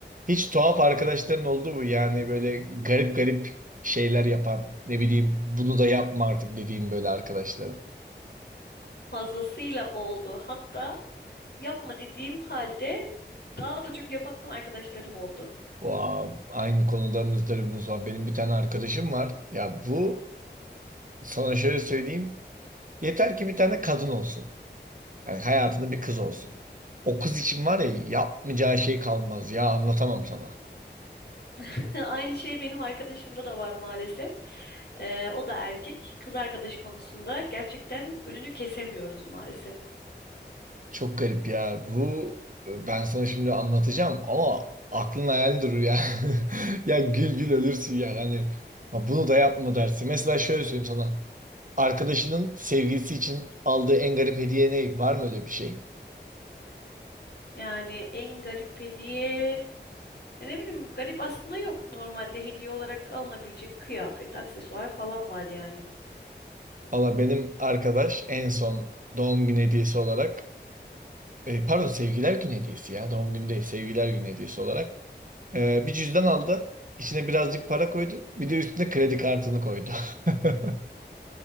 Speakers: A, on the right; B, on the left.
A: Hiç tuhaf arkadaşların oldu mu? Yani böyle garip garip şeyler yapan, ne bileyim bunu da yapma artık dediğin böyle arkadaşların.
B: fazlasıyla oldu. Hatta yapma dediğim halde daha da çok yapan arkadaşlarım oldu.
A: Wow, aynı konuda muzdaribimiz var. Benim bir tane arkadaşım var. Ya bu sana şöyle söyleyeyim. Yeter ki bir tane kadın olsun. Yani hayatında bir kız olsun. O kız için var ya yapmayacağı şey kalmaz. Ya anlatamam sana.
B: <laughs> Aynı şey benim arkadaşımda da var maalesef. Ee, o da erkek. Kız arkadaş konusunda gerçekten önünü kesemiyoruz maalesef.
A: Çok garip ya. Bu e, ben sana şimdi anlatacağım ama aklın hayal durur ya. <laughs> Ya gül gül ölürsün ya. Hani "Ha, bunu da yapma dersin. Mesela şöyle söyleyeyim sana. Arkadaşının sevgilisi için aldığı en garip hediye ne? Var mı öyle bir şey?
B: Yani en garip hediye... Ya ne bileyim garip aslında yok. Normalde hediye olarak alınabilecek kıyafet, aksesuar falan var yani.
A: Valla benim arkadaş en son doğum günü hediyesi olarak e, pardon sevgiler günü hediyesi ya. Doğum günü değil sevgiler günü hediyesi olarak e, bir cüzdan aldı. İçine birazcık para koydu. Bir de üstüne kredi kartını koydu. <laughs>